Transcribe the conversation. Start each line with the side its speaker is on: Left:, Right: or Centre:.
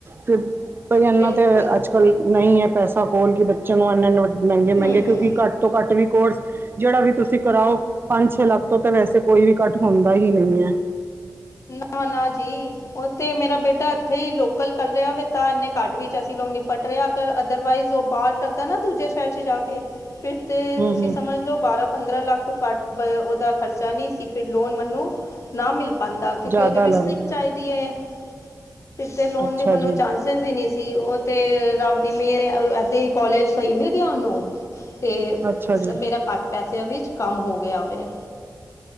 Right: ਫਿਰ ਬਈ ਇਹਨਾਂ
Left: ਬਿਲਕੁਲ
Right: ਤੇ ਅੱਜ ਕੱਲ ਨਹੀਂ ਹੈ ਪੈਸਾ ਖੋਲ੍ਹ ਕਿ ਬੱਚਿਆਂ ਨੂੰ ਇੰਨੇ -ਇੰਨ ਵ ਮਹਿੰਗੇ- ਮਹਿੰਗੇ
Left: ਹੂੰ
Right: ਕਿਉਂਕਿ
Left: ਹੂੰ
Right: ਘੱਟ ਤੋਂ ਘੱਟ ਵੀ ਕੋਰਸ ਜਿਹੜਾ ਵੀ ਤੁਸੀਂ ਕਰਾਓ। ਪੰਜ -ਛੇ ਲੱਖ ਤੋਂ ਤਾਂ ਵੈਸੇ ਕੋਈ ਵੀ ਘੱਟ ਹੁੰਦਾ ਹੀ ਨਹੀਂ ਹੈ।
Left: ਨਾ- ਨਾ ਜੀ। ਉਥੇ ਮੇਰਾ ਬੇਟਾ ਇੱਥੇ ਹੀ ਲੋਕਲ ਕਰ ਰਿਹਾ ਵ ਤਾਂ ਇੰਨੇ ਕਾਟ ਵਿੱਚ ਅਸੀਂ ਲੋਕ ਨਿਪਟ ਰਿਹਾ। ਅਦਰਵਾਈਜ਼ ਉਹ ਬਾਹਰ ਕਰਦਾ ਨਾ ਦੂਜੇ ਸ਼ਹਿਰ ਚ' ਜਾ ਕੇ ਫਿਰ ਤੇ
Right: ਹੂੰ
Left: ਤੁਸੀਂ
Right: ਹੂੰ
Left: ਸਮਝ ਲਓ ਬਾਰਾਂ ਪੰਦਰਾਂ ਲੱਖ ਤੋਂ ਘੱਟ ਉਹਦਾ ਖਰਚਾ ਨਹੀਂ ਸੀ ਫਿਰ ਲੋਨ ਮੈਨੂੰ ਨਾ ਮਿਲ ਕਿਉਂਕਿ
Right: ਜ਼ਿਆਦਾ
Left: ਉਹ
Right: ਲੈਂਦਾ
Left: ਸ ਚਾਹੀਦੀ ਲੋਨ
Right: ਅੱਛਾ
Left: ਦੇ ਮੈਨੂਰ
Right: ਜੀ
Left: ਚ ਦਿਨੀ ਸੀ ਉਹ ਤੇ ਰਬ ਦੀ ਮੇਹਰੇਹਿੰਦੇ ਸੀ ਕੋਾਲਜ ਸਹੀ ਮਿਲ ਗਿਆ ਉਹਨੂੰ। ਅਤੇ
Right: ਅੱਛਾ ਜੀ
Left: ਮੇਰਾ ਘੱਟ ਪੈਸਿਆਂ ਵਿੱਚ ਕੰਮ ਹੋ ਗਿਆ ਵਵੇ।